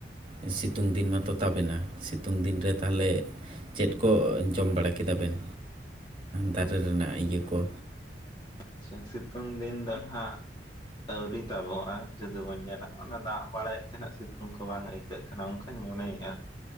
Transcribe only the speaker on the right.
ᱥᱤᱛᱩᱝ ᱫᱤᱱ ᱢᱟᱛᱚ ᱛᱟᱵᱮᱱᱟ ᱥᱤᱛᱩᱝ ᱫᱤᱱ ᱨᱮ ᱛᱟᱦᱚᱞᱮ ᱪᱮᱫ ᱠᱚ ᱡᱚᱢ ᱵᱟᱲᱟ ᱠᱮᱫᱟ ᱵᱮᱱ? ᱫᱟᱨᱮ ᱨᱮᱱᱟᱜ ᱤᱭᱟᱹ ᱠᱚ